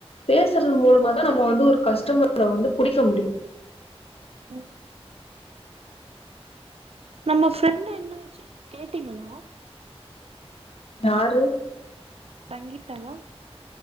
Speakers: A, on the left; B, on the right.
A: பேசுறது மூலமா தா நம்ம வந்து ஒரு கஸ்டமர வந்து புடிக்க முடியு
B: ம் நம்ம ஃப்ரெண்டு என்ன ஆச்சு கேட்டீங்களா
A: யாரு
B: சங்கீத்தாவா